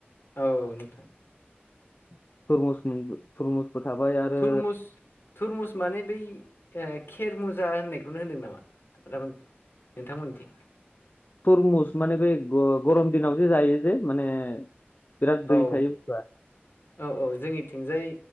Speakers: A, on the left; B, on the left.
A: औ नोंथां
B: <unintelligible> <inaudible> आरो
A: थुरमुस थुरमुस माने बै खेरमुस <unintelligible> होननायखौनो होनदों नामा नोंथांमोननिथिं
B: थुरमुस माने बे गरम दिनाव जे जायो जे माने बिराद दै
A: औ
B: थायो बुस्थुआ
A: औ औ जोंनिथिंजाय